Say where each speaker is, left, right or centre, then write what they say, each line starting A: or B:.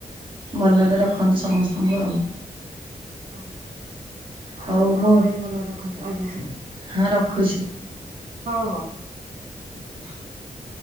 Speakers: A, on the right; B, on the right.
A: ଭଲରେ ରଖନ୍ତୁ ସମସ୍ତଙ୍କୁ ଆଉ।
B: ହଁ ଆଉ
A: ହଉ
B: ଆପଣଙ୍କର
A: ମୁଁ
B: ବି ଭଲ ରଖନ୍ତୁ ଆଜ୍ଞା।
A: ହଁ ରଖୁଛି।
B: ହଉ ହଉ।
A: <inaudible>